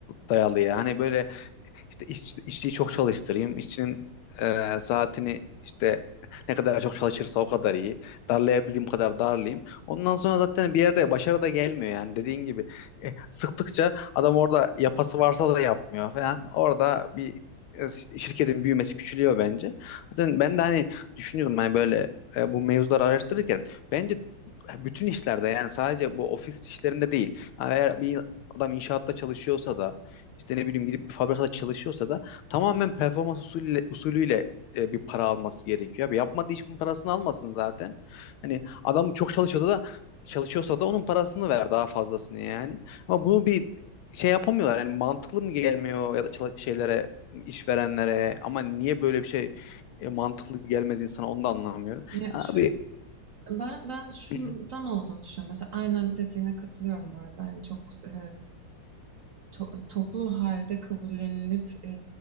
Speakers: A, on the left (about 85°); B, on the right (about 55°).
A: dayalı ya. Hani böyle işte iş, işçiyi çok çalıştırayım. İşçinin e, saatini işte ne kadar çok çalışırsa o kadar iyi. Darlayabildiğim kadar darlayayım. Ondan sonra zaten bir yerde başarı da gelmiyor yani dediğin gibi. E, sıktıkça adam orada yapası varsa da yapmıyor falan. Orada bir e, şirketin büyümesi küçülüyor bence. Zaten ben de hani düşünüyordum hani böyle e, bu mevzuları araştırırken bence bütün işlerde yani sadece bu ofis işlerinde değil. Yani Eğer bir adam inşaatta çalışıyorsa da işte ne bileyim gidip bir fabrikada çalışıyorsa da tamamen performans usulüyle, usulüyle e, bir para alması gerekiyor. Abi yapmadığı işin parasını almasın zaten. Hani adam çok çalışıyorsa da çalışıyorsa da onun parasını ver daha fazlasını yani. Ama bunu bir şey yapamıyorlar. Yani mantıklı mı gelmiyor ya da çala- şeylere işverenlere ama niye böyle bir şey e, mantıklı gelmez insana onu da anlamıyorum.
B: ya
A: Abi
B: şu Ben ben şundan
A: <laughs>
B: olduğunu düşünüyorum. Mesela aynen dediğine katılıyorum bu arada. Hani çok e, to- toplu halde kabullenilip e,